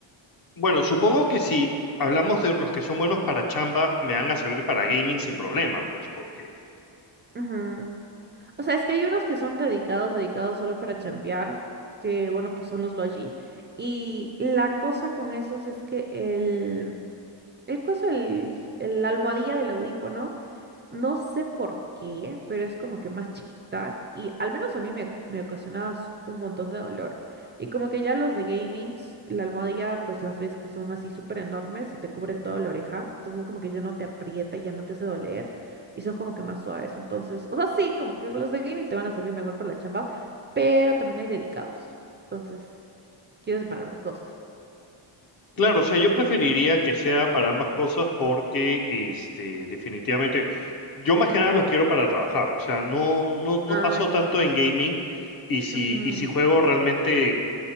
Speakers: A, on the left; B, on the right.
A: Bueno, supongo que si hablamos de los que son buenos para chamba, me van a servir para gaming sin problema, pues porque
B: Ujú. O sea, es que hay unos que son dedicados, dedicados solo para chambear, que bueno, pues son los Logi. Y la cosa con esos es que el, el coso, el, el- la almohadilla del audífono No sé por qué, pero es como que más chiquita y al menos a mí me, me ocasionaba s- un montón de dolor. Y como que ya los de gamings, la almohadilla, pues las ves que son así súper enormes y te cubre toda la oreja. Entonces como que ya no te aprieta, y ya no te hace doler y son como que más suaves. Entonces, o sea, sí, como que los de gaming te van a servir mejor para la chamba, pero también hay dedicados. Entonces, quieres para los dos.
A: Claro, o sea, yo preferiría que sea para ambas cosas porque, este, definitivamente, yo más que nada los quiero para trabajar, o sea, no, no, no
B: ah
A: paso
B: ya,
A: tanto
B: ya,
A: en gaming y si,
B: Ujú,
A: y si juego
B: ya.
A: realmente,